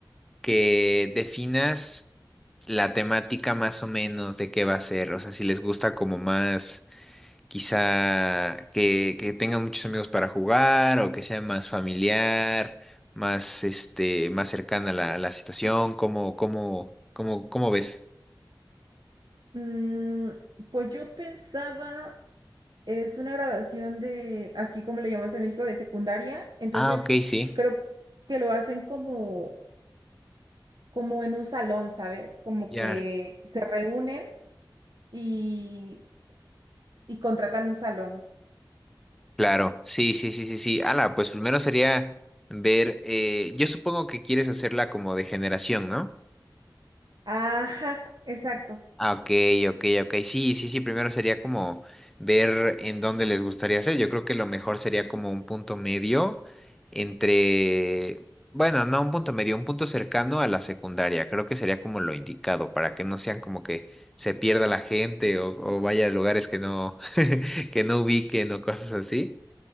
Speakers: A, in the centre; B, on the right.
A: que definas la temática más o menos de qué va a ser, o sea, si les gusta como más, quizá que, que tengan muchos amigos para jugar o que sea más familiar, más, este, más cercana a la, a la situación, ¿cómo, cómo, cómo, cómo ves?
B: Mm, pues yo pensaba... Es una graduación de, aquí como le llamamos en México, de secundaria. Entonces,
A: Ah, ok, sí,
B: creo que lo hacen como, como en un salón, ¿sabes? Como
A: ya.
B: que se reúnen y, y contratan un salón.
A: Claro, sí, sí, sí, sí, sí. Ala, pues primero sería ver, eh, yo supongo que quieres hacerla como de generación, ¿no?
B: Ajá, exacto.
A: Ah, ok, ok, ok. Sí, sí, sí, primero sería como ver en dónde les gustaría hacer. Yo creo que lo mejor sería como un punto medio entre, bueno, no un punto medio, un punto cercano a la secundaria. Creo que sería como lo indicado para que no sean como que se pierda la gente o, o vaya a lugares que no, <laughs> que no ubiquen o cosas así.